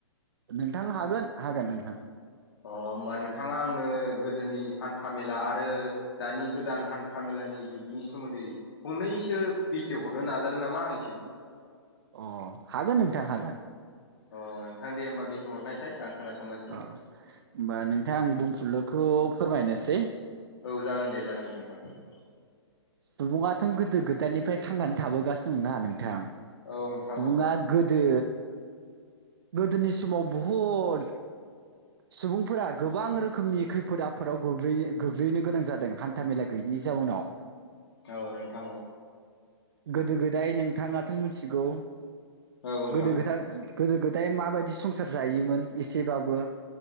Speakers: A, on the right; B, on the left.
A: नोंथां हागोन हागोन नोंथां
B: अ होमबा नोंथाङा आंनो गोदोनि हान्था मेला आरो दानि गोदान हान्था मेलानि जुगनि सोमोन्दै फंनैसो बेखेव हरनो नाजागोन नामा आंनिसिम
A: अ हागोन नोंथां हागोन
B: अ नोंथां दे होमबा बिखौ हरनायसै आं खोनासंगासिनो
A: अ होमबा नोंथां आं बुंफुरलुखौ फोरमायनोसै
B: औ जागोन दे जागायनोसै नोंथां
A: सुबुङा थों गोथों खोथानिफ्राय थांनानै थाबोगासिनो दंना नोंथां
B: औ नोंथां
A: सुबुङा
B: औ
A: गोदो गोदोनि समाव बुहुद सुबुंफोरा गोबां रोखोमनि खैफोद आफोदाव गोग्लै गोग्लैनो गोनां जादों हान था मेला गैयैनि जाउनाव
B: औ नोंथां
A: गोदो गोदाय नोंथाङाथ' मिथिगौ
B: औ नोंथां
A: गोदो गोदा गोदो गोदाय माबायदि संसार जायोमोन एसेबाबो